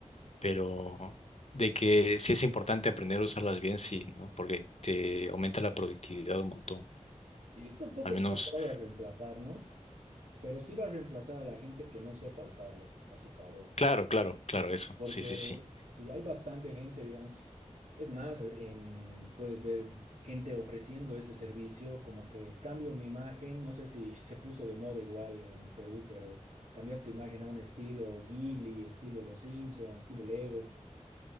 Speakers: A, on the left; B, on the right.
A: pero de que sí es importante aprender a usarlas bien, sí, ¿no? Porque te aumenta la productividad un montón.
B: Yo tampoco
A: Al menos,
B: creo que vaya a reemplazarnos, pero sí va a reemplazar a la gente que no sepa usarlo a su favor.
A: claro, claro, claro, eso.
B: Porque
A: Sí, sí,
B: el-
A: sí.
B: si hay bastante gente, digamos, es más, en, puedes ver gente ofreciendo este servicio, como que cambio mi imagen, no sé si, <laughs> se puso de moda igual en Perú, pero cambiar tu imagen a un estilo Ghibli, estilo Los Simpson, estilo Lego.